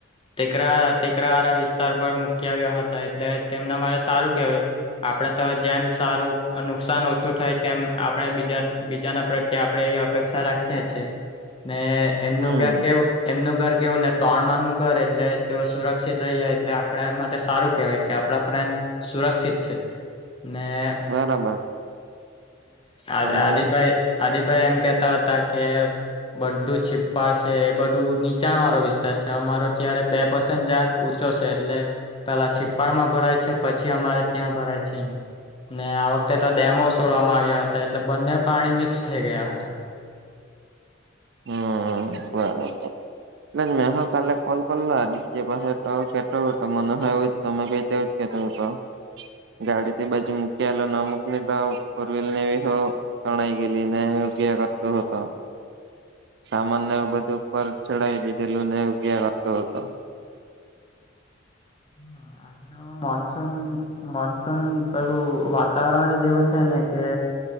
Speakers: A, on the left; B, on the right.
A: ટેકરા ટેકરા વિસ્તાર પર મૂકી આવ્યા હતા એટલે તેમના મારે સારું કેહેવાય આપણે તો જેમ સારું નુકસાન ઓછું થાય તેમ આપણે બીજા બીજાના કે આપણેે એવી અપેક્ષા રાખીએ છીએ ને એમનું
B: હમ
A: ઘર કેવું એમનું ઘર કેવું ને તણ મા નું ઘર એટલે તેઓ સુરક્ષિત રહી જાય એટલે આપણે એ માટે સારું કેહેવાય કે આપણા ફ્રેન્ડ સુરક્ષિત છે. ના
B: બરાબર
A: આભાઈ
B: તમે
A: આદી ભાઈ એમ કેતા હતા કે બધું છીપાડ છે એ બધું નીચાણ વાળો વિસ્તાર છે અમારો ત્યારે બે પસંદ જક એટલે પેલા છીપ્પાડમાં ભરાય છે પછી અમારે ત્યાં ભરાય છે. ને આ વખતે તો ડેમો છોડવામાં આવ્યા હતા એટલે બંને પાણી મિક્સ થઈ ગયા હતા.
B: હમ્મ બરાબર એટલે મે હ કાલે કોલ કરલો દ પાસે તો કેટ મ તમે કઈ તેજ કેતો. ગાડી થી બાજુ મૂકીલા ના મૂકને તો ફોર વ્હીલર નેી હો તણાઈ ગેલી એ ક કર તો હો હતો. સામાનને બધું ઉપર ચડાવી દીધેલું ને ઉંઘ્યાં કરતો હતો.
A: હા મોનસૂન મોનસૂન પેલું વાતાવરણ જ એવું છે ને કે